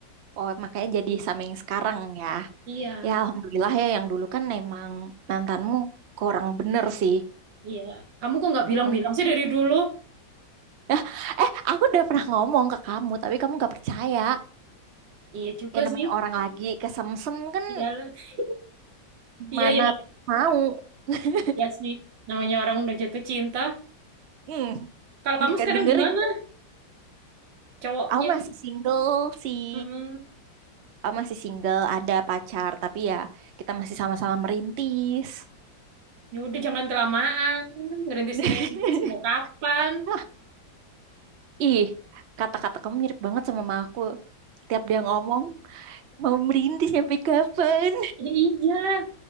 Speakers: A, on the right (about 85°); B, on the right (about 70°).
A: oh makanya jadi sama yang sekarang ya.
B: Iya.
A: Ya, alhamdulillah ya yang dulu kan emang mantanmu kurang bener sih.
B: Iya. Kamu kok nggak bilang-bilang
A: Untuk
B: sih dari dulu?
A: <laughs> eh, eh, aku udah pernah ngomong ke kamu, tapi kamu gak percaya.
B: Iya juga
A: Ya namanya
B: sih.
A: orang lagi kesemsem kan
B: Iyalah, <laughs> Iya
A: mana
B: ya.
A: mau. <laughs>
B: Iya sih. Namanya orang udah jatuh cinta.
A: Hmm,
B: Kalau kamu
A: nggak
B: sekarang
A: dengerin
B: gimana?
A: tuh.
B: Cowoknya.
A: Aku masih single sih.
B: Mm-mm.
A: Aku masih single, ada pacar, tapi ya kita masih sama-sama merintis.
B: Ya udah jangan kelamaan. Ngerintis-ngerintis
A: <laughs>
B: mau kapan?
A: Wah, ih, kata-kata kamu mirip banget sama mama aku. Tiap dia ngomong, mau merintis sampai kapan?
B: Ya iyalah.